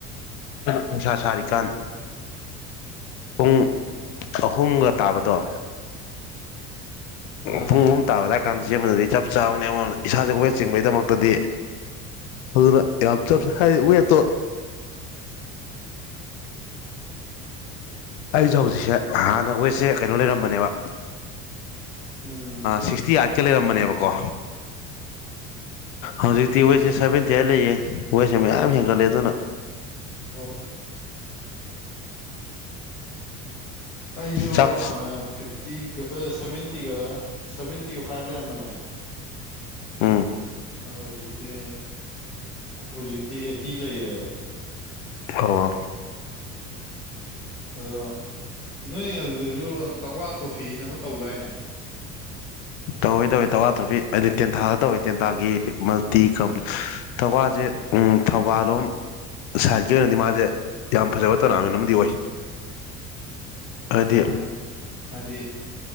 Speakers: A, on the left; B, on the left.
A: ꯅꯨꯡꯁꯥꯔꯤꯀꯟ
B: ꯑꯥ
A: ꯄꯨꯡ ꯑꯍꯨꯝꯒ ꯇꯥꯕꯗꯣ
B: ꯑꯥ
A: ꯄꯨꯡ ꯑꯍꯨꯝ ꯇꯥꯕꯗꯏ ꯀꯥꯟꯗ ꯆꯕꯗꯗꯤ ꯆꯞ ꯆꯥꯕꯅꯤ ꯑꯃꯔꯣꯝꯗ ꯏꯁꯥꯁꯦ ꯋꯦꯠ ꯆꯤꯡꯕꯒꯤꯗꯃꯛꯇꯗꯤ ꯑꯗꯨꯅ ꯌꯥꯝ
B: ꯎꯝ
A: ꯆꯞ ꯍꯥꯏꯗꯤ ꯋꯦꯠꯇꯣ ꯑꯩꯁꯦ ꯍꯧꯖꯤꯛꯁꯦ ꯍꯥꯟꯅ ꯋꯦꯠ ꯀꯩꯅꯣ ꯂꯩꯔꯝꯕꯅꯦꯕ
B: ꯎꯝ
A: ꯁꯤꯛꯁꯇꯤ ꯑꯥꯏꯠ ꯂꯩꯔꯝꯕꯅꯦꯀꯣ ꯍꯧꯖꯤꯛꯇꯤ ꯋꯦꯠꯁꯦ ꯁꯚꯦꯟꯇꯤ ꯑꯥꯏꯠ ꯂꯩꯌꯦ ꯋꯦꯠꯁꯦ ꯃꯌꯥꯝ ꯍꯦꯟꯒꯠꯂꯦ ꯑꯗꯨꯅ
B: ꯑꯣ ꯑꯩꯖꯨ
A: ꯆꯥꯛ
B: ꯍꯥꯟꯅ ꯐꯤꯠ ꯇꯤꯒ ꯑꯁ ꯁꯚꯦꯟꯇꯤꯒ ꯁꯚꯦꯟꯇꯤꯒ ꯐꯥꯏꯞ ꯂꯩꯔꯝꯕꯅꯦ
A: ꯎꯝ
B: ꯑ ꯍꯧꯖꯤꯛꯇꯤ ꯍꯧꯖꯤꯛꯇꯤ ꯑꯦ ꯇꯤ ꯂꯩꯔꯦꯕ
A: ꯐꯋꯣ
B: ꯑꯗꯣ ꯅꯣꯏ ꯑꯗꯨꯗꯁꯨ ꯇꯛꯋꯥ ꯇ꯭ꯔꯣꯐꯤ ꯑꯅ ꯑꯃ ꯇꯧꯗꯥꯏꯅꯦ
A: ꯇꯧꯏ ꯇꯧꯏ ꯇꯧꯋꯥ ꯇꯣꯐꯔꯤ ꯍꯥꯏꯗꯤ ꯇꯦꯟꯊꯥꯗ ꯇꯧꯏ ꯇꯦꯟ ꯊꯥꯒꯤ ꯃꯜꯇꯤ ꯀꯝꯄꯥꯅꯤ ꯇꯜꯋꯥꯁꯦ ꯑꯝ ꯊꯧꯕꯥꯜꯂꯣꯝ ꯁꯥꯏꯠꯀꯤ ꯑꯣꯏꯅꯗꯤ ꯃꯥꯁꯦ ꯌꯥꯝ ꯐꯖꯕ ꯇꯣꯔꯅꯥꯃꯦꯟ ꯑꯃꯗꯤ ꯑꯣꯏ
B: ꯑꯣ
A: ꯍꯥꯏꯗꯤ
B: ꯃꯥꯅꯦ ꯍꯥꯏꯗꯤ